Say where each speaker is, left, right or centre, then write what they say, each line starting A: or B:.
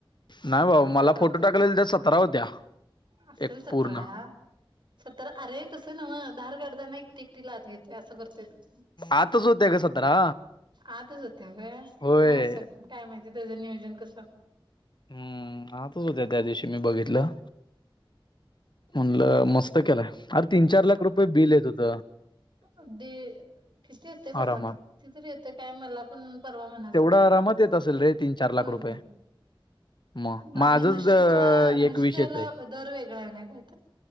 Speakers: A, on the left; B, on the right.
A: नाही बाबा
B: असं
A: मला
B: करतोय
A: फोटो टाकले <unintelligible> सतरा होत्या.
B: असेल
A: एक
B: सतरा,
A: पूर्ण
B: सतरा अरे तस नव्हं धार काढताना एक <unintelligible> असं करतोय तो
A: आतच होत्या ग सतरा
B: आतच होत्या काय
A: होय
B: म असल काय माहिती त्याचं नियोजन कसं.
A: हम्म आतच होत्या त्या दिवशी मी बघितलं. म्हणलं
B: ते काय हाय.
A: मस्त केलाय अरे तीन चार लाख रुपये बिल येत होत.
B: अगदी किती येतंय बाबा
A: आरामात
B: कितीतरी येतं काय मला पण परवा म्हणालता
A: तेवढा
B: बय
A: आरामात येत असेल
B: होय
A: रे तीन चार लाख रुपये
B: होय.
A: मग
B: आणि
A: माझंच
B: म्हशीच्या
A: द-
B: म्हशीच्या
A: एक वीस येत
B: याला
A: आहे
B: दर वेगळा आहे नाही का.